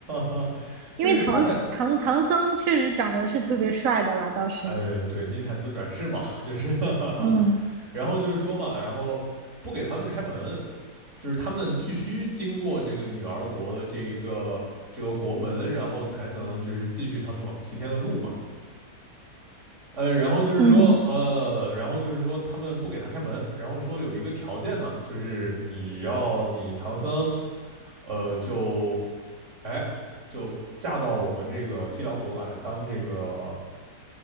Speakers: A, on the right; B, on the right.
A: <laughs>
B: 因为唐唐唐僧确实长得是特别帅的啦，
A: 就是他还
B: 倒是，
A: 呃，对，金蝉子转世嘛，就是 <laughs>
B: 嗯
A: 然后就是说嘛，然后不给他们开门，就是他们必须经过这个女儿国的这一个这个国门，然后才能就是继续他们往西天的路嘛。呃，然后就是说，
B: 嗯，
A: 呃，然后就是说，他们不给他开门，然后说有一个条件呢，就是你要你唐僧，呃，就，哎，就嫁到我们这个西凉国来当这个，